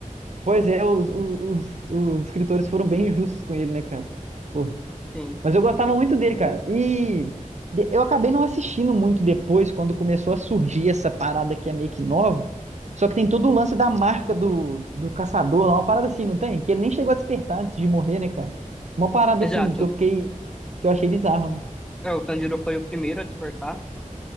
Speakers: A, on the right; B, in the centre.
A: pois é, os, os, os os escritores foram bem injustos com ele, né, cara? Pô,
B: Sim.
A: mas eu gostava muito dele, cara. E de- eu acabei não assistindo muito depois, quando começou a surgir essa parada que é meio que nova. Só que tem todo o lance da marca do, do caçador lá, uma parada assim, não tem? Que ele nem chegou a despertar antes de morrer, né, cara? Uma parada
B: Exato.
A: assim que eu fiquei, que eu achei bizarro, né?
B: É, o Tanjiro foi o primeiro a despertar.